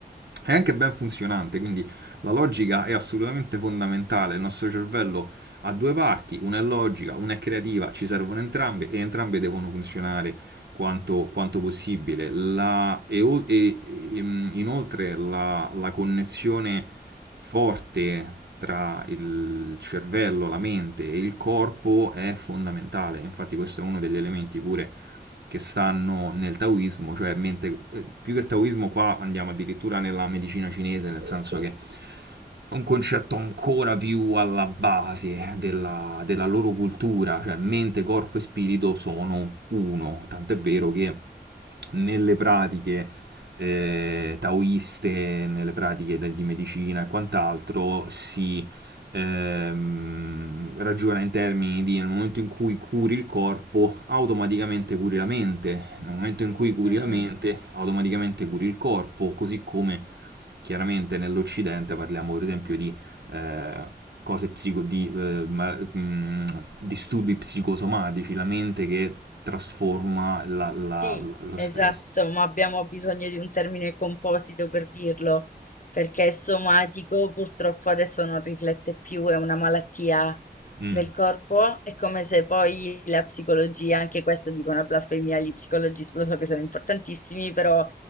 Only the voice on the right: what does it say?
è anche ben funzionante, quindi la logica è assolutamente fondamentale. Il nostro cervello ha due parti, una è logica, una è creativa, ci servono entrambe e entrambe devono funzionare quanto, quanto possibile. La- e, ol- e- ehm, inoltre la, la connessione forte tra il cervello, la mente e il corpo è fondamentale. Infatti questo è uno degli elementi pure che stanno nel taoismo, cioè mente- eh, più che taoismo qua andiamo addirittura nella medicina cinese, nel senso che un concetto ancora più alla base della, della loro cultura, cioè mente, corpo e spirito sono uno, tant'è vero che nelle pratiche eh, taoiste, nelle pratiche de- di medicina e quant'altro si ehm, ragiona in termini di nel momento in cui curi il corpo, automaticamente curi la mente, nel momento in cui curi
la mente, automaticamente curi il corpo, così come Chiaramente nell'Occidente parliamo per esempio di eh, cose psico- di, eh, ma- mh, disturbi psicosomatici, la mente che trasforma la- la-
lo
stress.
Mm,